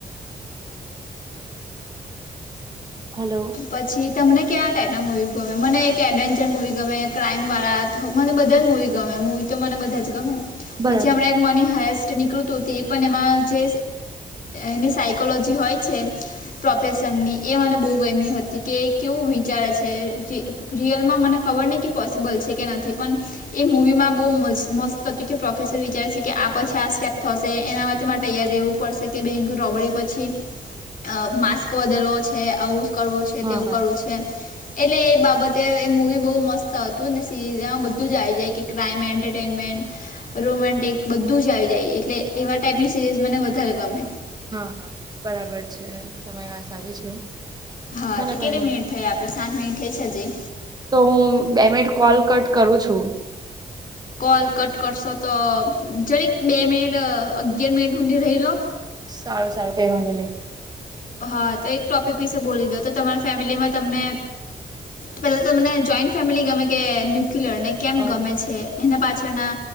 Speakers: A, on the right; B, on the left.
A: હાલો.
B: પછી તમને કેવા ટાઈપના મૂવી ગમે મને એક એડવેન્ચર મૂવી ગમે ક્રાઈમવાળા બધા જ મુવી ગમે મુવી તો મને બધા જ ગમે
A: બરાબર
B: પછી હમણાં મની હાયસ્ટ નીકૃત તે પણ એમાં જે એની સાયકોલોજી હોય છે. પ્રોફેસરની એ મને બો ગયમી હ કે કે કેવું વિચારે છે, રિ રિયલમાં મને ખબર નહીં કે પોસિબલ છે, કે નથી પણ એ મૂવીમાં બો મસ મસ્ત હતું કે પ્રોફેસર વિચારે છે, કે આ પછી આ સ્ટેપ થશે એના માટે મારે ટૈયાર રેવુ પડસે કે બેંક રોબડી પછી અ માસ્ક વધારવો છે, આવું જ કરવું તેવું
A: હા હા
B: કરવું છે. એટલે એ બાબતે એ મૂવી બો મસ્ત હતું ને સિમાં બધું જ આવી જાય કે ક્રાઈમ એન્ટરટેનમેન્ટ રોમેન્ટિક બધું જ આવી જાય એટલે એવા ટાઈપની સિરીઝ મને વધારે ગમે.
A: હા હા બરાબર છે તમારી વાત સાચી છે.
B: હા
A: મને
B: તો
A: પણ
B: કેટલી
A: નહી
B: મિનિટ થઈ આપડે સાત મિનિટ થઈ છે હજી.
A: તો હું બે મિનિટ કોલ કટ કરું છું.
B: કોલ કટ કરશો તો જરીક બે મિનિટ અગિયાર મિનિટ હુંદી રહી લો.
A: સારું સારું કઈ વાંધો નઈ.
B: હા તો એક ટોપિક વિશે બોલી દો તો તમારા ફેમિલીમાં તમને પેલા તો મને જોઈન્ટ ફેમિલી ગમે કે ન્યુક્લિરને કેમ
A: અ
B: ગમે છે એના પાછળના